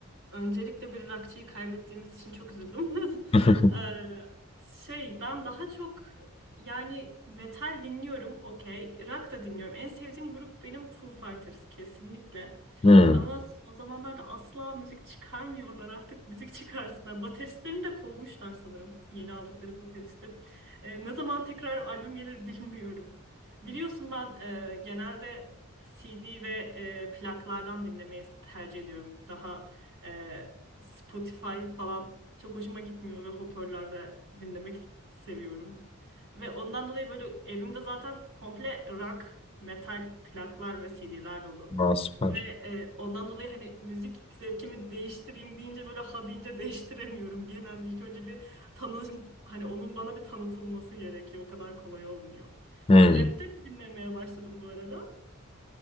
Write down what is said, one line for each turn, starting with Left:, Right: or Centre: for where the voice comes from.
Right: Öncelikle bir rockçıyı kaybettiğimiz için çok üzüldüm. <laughs>
Left: <laughs>
Right: Ee, şey ben daha çok yani metal dinliyorum okey. Rock da dinliyorum. En sevdiğim grup benim Foo Fighters kesinlikle.
Left: Hmm.
Right: Ama son zamanlarda asla müzik çıkarmıyorlar artık müzik çıkarsınlar. Bateristlerini de kovmuşlar sanırım yeni aldıkları bateristi. Ee, ne zaman tekrar albüm gelir bilmiyorum. Biliyorsun ben e, genelde CD ve e, plaklardan dinlemeyi tercih ediyorum. Daha ee, Spotify falan çok hoşuma gitmiyor ve hoparlörle dinlemek seviyorum. Ve ondan dolayı böyle evimde zaten komple rock, metal plaklar ve CD'ler dolu.
Left: Aa, süper.
Right: Ve e, ondan dolayı hani müzik zevkimi değiştireyim deyince böyle ha deyince <laughs> değiştiremiyorum. Genelde ilk önce bir tanı hani onun bana bir tanıtılması gerekiyor. O kadar kolay olmuyor.
Left: Hmm.
Right: Rap de mi dinlemeye başladım bu arada?